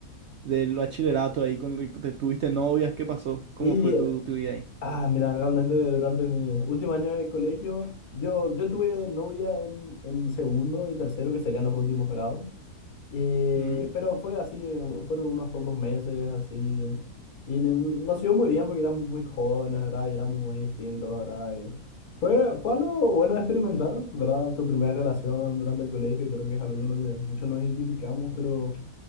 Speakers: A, on the right; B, on the left.
A: del bachillerato ahí con el que te tuviste novias? ¿Qué pasó? ¿Cómo
B: Y,
A: fue tu, tu vida ahí?
B: ah, mira, realmente durante mi último año de colegio, yo, yo tuve novia en, en segundo y tercero, que serían los últimos grados. Eh,
A: Ujú.
B: pero fue así, fueron unos pocos meses así. Y n- nos iba muy bien porque éramos muy jóvenes, ¿verdad? Y éramos muy distintos, ¿verdad? Y fue, fue algo bueno de experimentar, ¿verdad? Tu primera relación durante el colegio, creo que es algo con lo que muchos nos identificamos, pero,